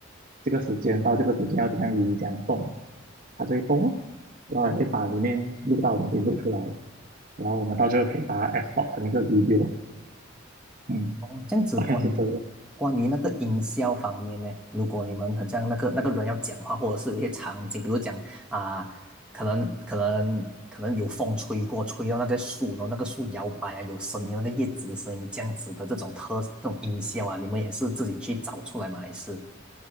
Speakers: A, on the right; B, in the centre.
A: 这个时间到这个时间要怎样移，怎样动。它就会动哦，然后也会把里面录到的东西录出来，
B: 哦，
A: 然后我们到最后可以把它 export 成一个 video，嗯，
B: 哦，这样子关于
A: 大概是这样。
B: 关于那个音效方面呢，如果你们很像那个那个人要讲话，或者是有一些场景，比如讲啊、可能可能可能有风吹过，吹到那个树，然后那个树摇摆啊，有声音，那个叶子的声音，这样子的这种特这种音效啊，你们也是自己去找出来吗？还是